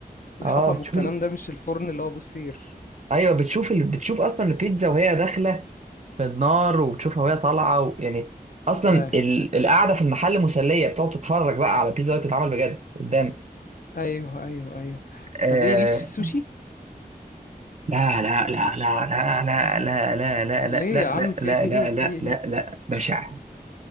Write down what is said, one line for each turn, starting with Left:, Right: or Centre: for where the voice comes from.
Left: الحطب
Right: آه بتشوف
Left: والكلام
Right: ال...
Left: ده مش الفرن اللي هو بوسير
Right: أيوه بتشوف ال... بتشوف أصلا البيتزا وهي داخلة في النار وبتشوفها وهي طالعة و... يعني أصلا
Left: فاهم
Right: ال... القعدة في المحل مسلية بتقعد تتفرج بقى على البيتزا وهي بتتعمل بجد قدامك
Left: ايوه ايوه ايوه
Right: آه
Left: طب ايه ليك في السوشي؟
Right: لا لا لا لا لا لا لا لا لا لا
Left: ليه
Right: لا
Left: يا عم
Right: لا لا
Left: في ايه
Right: لا
Left: في
Right: لا
Left: ايه؟
Right: لا لا بشع